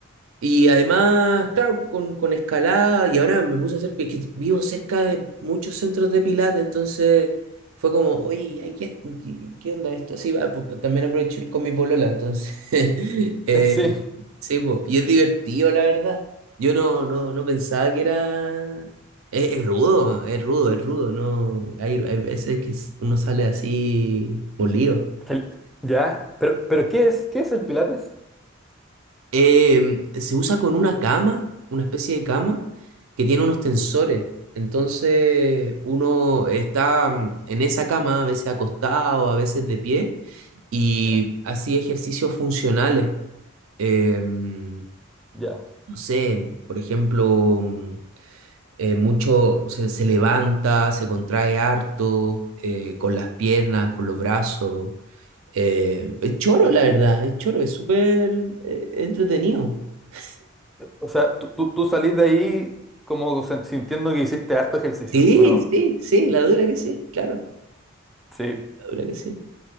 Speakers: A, on the right (about 70°); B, in the centre.
A: Y además, claro, con, con escalada, y ahora me puse a hacer, pi- que vivo cerca de muchos centros de pilates, entonces fue como, oye, ay, ¿qué, qué- qué onda esto? Sí, va, pues, también aprovecho ir con mi polola, entonces, <laughs> eh,
B: Eh, Sí.
A: sí, pues, y es divertido, la verdad. Yo no, no, no pensaba que era... Es, es rudo, es rudo, es rudo, no, hay, hay veces que uno sale así molido.
B: El- Ya, pero, pero ¿qué es? ¿Qué es el Pilates?
A: Eh, se usa con una cama, una especie de cama, que tiene unos tensores. Entonces uno está mm, en esa cama, a veces acostado, a veces de pie, y
B: Ya,
A: así ejercicios funcionales. Eh, mm,
B: ya.
A: no sé, por ejemplo, mm, eh, mucho se, se levanta, se contrae harto, eh, con las piernas, con los brazos. Eh, es choro, la verdad, es choro, es súper eh, entretenido. <laughs>
B: O sea, tú, tú, tú salís de ahí como sen- sintiendo que hiciste harto ejercicio,
A: Sí,
B: ¿o no?
A: sí, sí, la dura que sí, claro,
B: Sí.
A: la dura que sí,